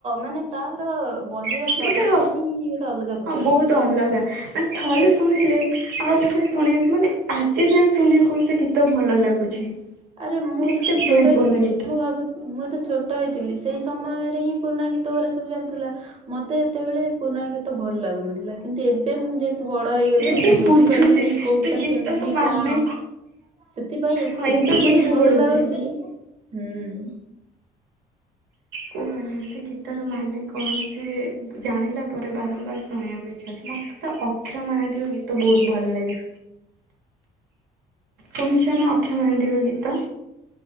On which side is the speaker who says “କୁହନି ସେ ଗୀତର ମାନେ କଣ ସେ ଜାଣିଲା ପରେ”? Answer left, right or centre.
Right